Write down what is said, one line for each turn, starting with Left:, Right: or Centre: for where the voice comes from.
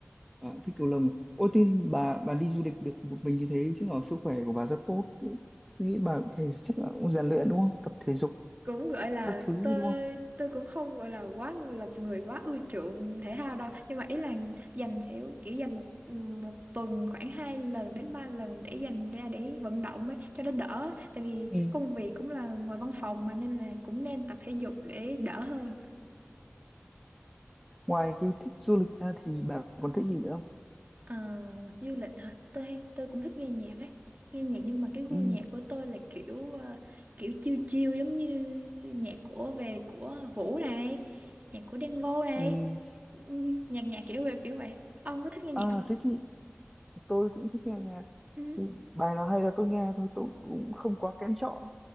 Centre: bà thích cầu lông à? ôi tin bà bà đi du lịch được
Right: ừ.
Centre: một mình như thế chứ ở sức khỏe của bà rất tốt tôi nghĩ bà cũng phải chắc là cũng rèn luyện đúng không tập thể dục
Right: cũng gọi là
Centre: các thứ
Right: tôi
Centre: đúng
Right: tôi cũng không gọi là quá lọc người quá ưa chuộng thể thao đâu nhưng mà ý là dành sẽ kiểu dành một một tuần khoảng hai lần đến ba lần để dành ra để vận động ấy cho nó đỡ tại vì
Centre: không
Right: công việc cũng là ngoài văn phòng mà nên là cũng nên tập thể dục để đỡ hơn
Centre: ngoài cái thích du lịch ra thì bà còn thích gì nữa không
Right: Ờ, du lịch hả? Tôi hay- tôi cũng thích nghe nhạc ấy. Nghe nhạc nhưng mà cái gu
Centre: ừ
Right: nhạc của tôi là kiểu ờ, kiểu chill chill giống như nhạc của về của Vũ này, nhạc của Đen Vâu này.
Centre: ừ
Right: Ừ, Nhạc nhạc kiểu về kiểu vậy. Ông có thích nghe nhạc
Centre: à
Right: không?
Centre: thế thì tôi cũng thích nghe nhạc
Right: Ừ.
Centre: Ừ, bài nào hay là tôi nghe thôi tôi cũng không quá kén chọn